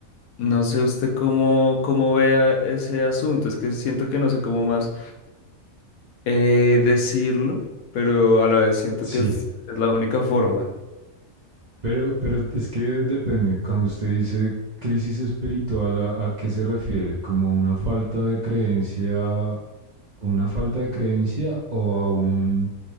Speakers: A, on the left (about 80°); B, on the right (about 50°).
A: no sé usted cómo, cómo vea ese asunto, es que siento que no sé cómo más eh, decirlo, pero a la vez siento
B: sí.
A: que es es la única forma.
B: Pero, pero es que depende. Cuando usted dice crisis espiritual, ¿a, a qué se refiere? ¿Como una falta de creencia, una falta de creencia o a un,